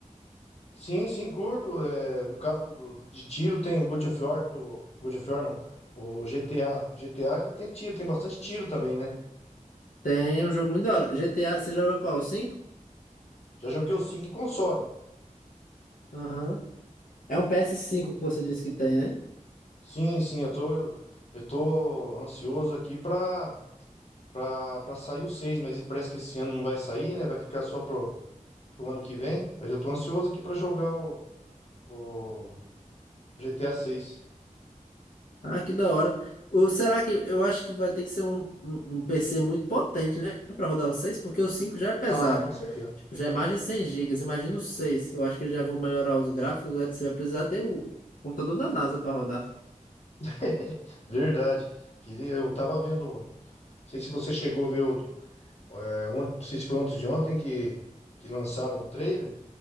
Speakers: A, on the left (about 50°); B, on the left (about 80°).
A: Sim, sim, curto. é, no caso do- de tiro tem o God of War, o God of War não, o GTA. O GTA ele tem tiro, tem bastante tiro também, né?
B: Tem é um jogo muito da hora. GTA, você joga qual? O cinco?
A: Já joguei o cinco em console.
B: Aham. É um ps cinco que você disse que tem, né?
A: Sim, sim, eu tô eu tô ansioso aqui pra pra, pra sair o seis mas parece que esse ano não vai sair, né? Vai ficar só pro, pro ano que vem. Mas eu tô ansioso aqui pra jogar o, o GTA seis
B: Ah, que da hora. O, será que eu acho que vai ter que ser um, um, um PC muito potente, né? Pra rodar o 6? porque o 5 já é pesado.
A: Ah, com certeza.
B: Tipo, já é mais de 100 gigas. Imagina o 6? Eu acho que eles já vão melhorar os gráficos. Você vai precisar ter o computador da NASA pra rodar.
A: <laughs> Verdade. Queria, eu tava vendo. Não sei se você chegou a ver o. É, ont- não sei se foi antes de ontem que, que lançaram o trailer.